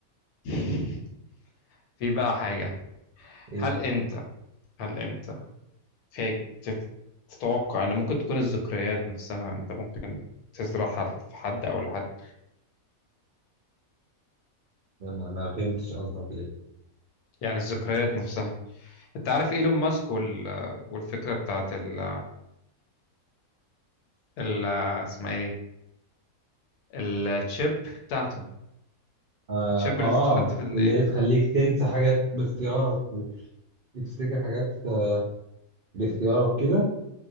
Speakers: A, on the left (about 85°); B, on the right (about 70°).
A: <laughs> في بقى حاجة
B: ايه
A: هل أنت هل أنت في تت- تتوقع إن ممكن تكون الذكريات نفسها أنت ممكن تزرعها في حد أو لحد
B: انا ما ما فهمتش قصدك ايه
A: يعني الذكريات نفسها أنت عارف إيلون ماسك وال... والفكرة بتاعت ال... ال... اسمها إيه دي التشيب بتاعته
B: آه,
A: التشيب
B: آه
A: اللي بتتحط في الإيد
B: اللي هي
A: دي
B: تخليك تنسى حاجات باختيارك وتفتكر حاجات آه، باختيارك كده